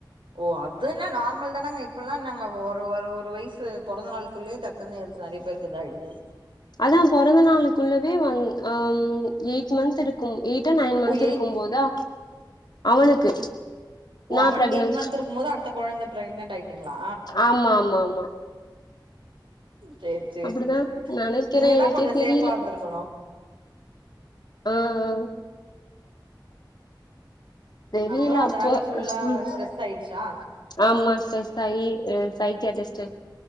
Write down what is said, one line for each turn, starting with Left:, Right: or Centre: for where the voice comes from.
Right: ஓ அதுன நார்மல் தானங்க இப்பல்லாம் என்னங்க ஒர ஒரு ஒரு வயசு பொறந்த நாளுக்குள்ளயே டக்குன்னு நெறைய பேருக்கு இதாயிடுது
Left: அதா பொறந்த நாளுக்குள்ளவே வந் அம் எயிட் மந்த்திருக்கும் எய்ட் ஆ நைன் மந்த்த்திருக்கும்போதா
Right: ஓ எயிட்
Left: அவனுக்கு
Right: ஓ
Left: நா
Right: அவனுக்
Left: பிரெக்னன்ட்
Right: எய்ட் மந்த்திருக்கும்போது அடுத்த கொழந்த பிரெக்னென்ட் ஆய்ட்டிங்ளா
Left: ஆமா ஆமா ஆமா
Right: சேரி சேரி
Left: அப்டிதா நெனைக்கிறே
Right: நீங்க
Left: எனக்கே
Right: தா கொஞ்ச
Left: தெரில
Right: சேஃபா இருந்திருக்கணு
Left: ஆ ஆ தெரில
Right: அப்புற அதனால
Left: அப்போ
Right: ஃபுல்லா
Left: ம்
Right: ஸ்ட்ரெஸ்ஸாயிட் ஷா
Left: ஆமா ஸ்ட்ரெஸ் அய் இ சைக்காட்டிஸ்ட்டு